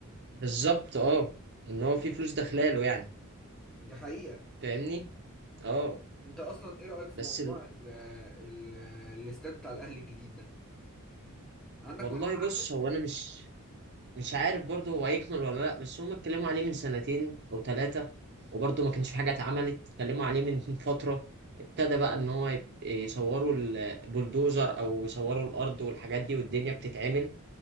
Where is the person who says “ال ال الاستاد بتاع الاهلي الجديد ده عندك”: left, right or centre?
Centre